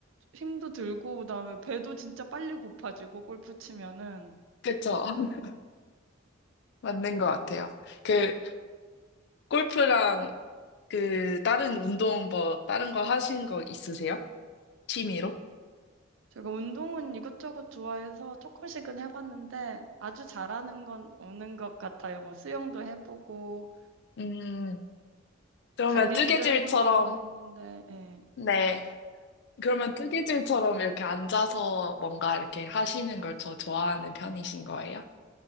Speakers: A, on the right; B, on the left.
A: 힘도 들고, 그다음에 배도 진짜 빨리 고파지고, 골프 치면은.
B: 그쵸. <laughs> 맞는 것 같아요. 그, 골프랑 그, 다른 운동 뭐, 다른 거 하신 거 있으세요? 취미로?
A: 제가 운동은 이것저것 좋아해서 조금씩은 해봤는데, 아주 잘하는 건 없는 것 같아요. 뭐, 수영도 해보고,
B: 음, 그러면
A: 달리기도
B: 뜨개질처럼,
A: 해본다고 했는데, 예.
B: 네. 그러면 뜨개질처럼 이렇게 앉아서 뭔가 이렇게 하시는 걸 더 좋아하는 편이신 거예요?